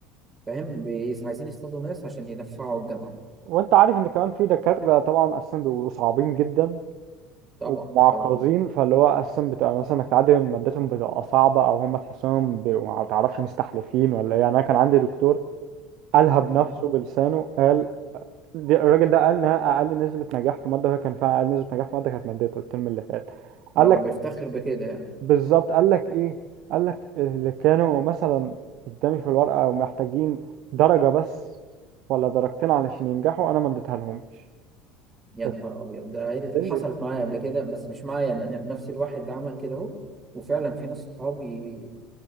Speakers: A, on the right (about 20°); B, on the right (about 50°).
A: فاهم بيس- عايزين يصطادوا ناس عشان ينفعوا الجامعة
B: وانت عارف ان كمان في دكاتره طبعا اساسا بيبقوا صعبين جدا
A: طبعا
B: ومعقدين
A: طبعا
B: فاللي هو اساسا بتبقى مثلا انك تعدي من مادتهم بتبقى صعبه او هم تحسهم بيبقوا ما تعرفش مستحلفين ولا ايه يعني انا كان عندي دكتور قالها بنفسه
A: آه.
B: بلسانه قال دي الراجل ده قال انها اقل نسبه نجاح في ماده وهي كان فيها اقل نسبه نجاح في ماده كانت مادته الترم اللي فات
A: ده
B: قال
A: هو
B: لك
A: بيفتخر بكده يعني
B: بالظبط قال لك ايه قال لك اللي كانوا مثلا قدامي في الورقه ومحتاجين درجه بس ولا درجتين علشان ينجحوا انا ما اديتها لهمش
A: يا
B: طب
A: نهار أبيض ده عيلة-
B: ليه؟
A: حصلت معايا قبل كده بس مش معايا أنا يعني نفس الواحد ده عمل كده أهو وفعلا في ناس صحابي